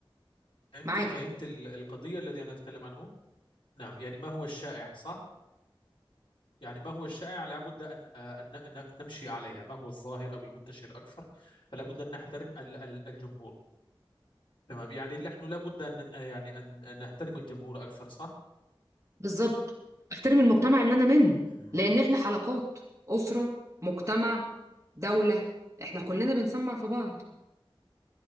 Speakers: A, on the left; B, on the right.
A: فهمت
B: معاك
A: فهمت ال- القضية الذي أنا أتكلم عنه نعم يعني ما هو الشائع صح يعني ما هو الشائع لابد أن آه، أن أن نمشي عليها ما هو الظاهر أو المنتشر أكثر فلا بد أن نحترم ال- ال- الجمهور تمام يعني نحن لابد أن يعني أن أن نحترم الجمهور أكثر صح؟
B: بالظبط احترم المجتمع اللي انا منه
A: مم.
B: لان احنا حلقات اسره مجتمع دوله احنا كلنا بنسمع في بعض